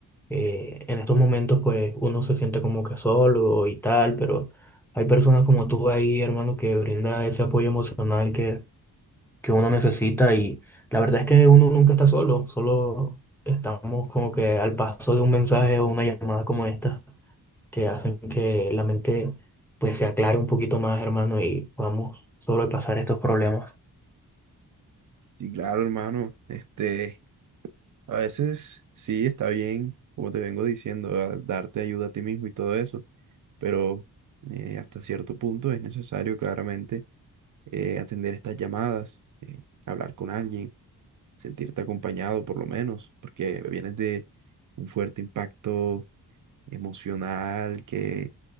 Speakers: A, in the centre; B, on the right.
A: eh, en estos momentos pues uno se siente como que solo y tal, pero hay personas como tú ahí, hermano, que brinda ese apoyo emocional que, que uno necesita y la verdad es que uno nunca está solo, solo estamos como que al paso de un mensaje o una llamada como esta que hacen que la mente pues se aclare un poquito más, hermano, y podamos sobrepasar estos problemas.
B: Y claro, hermano, este, a veces sí está bien, como te vengo diciendo, a- darte ayuda a ti mismo y todo eso pero eh, hasta cierto punto es necesario claramente eh, atender estas llamadas, eh, hablar con alguien, sentirte acompañado por lo menos, porque vienes de un fuerte impacto emocional que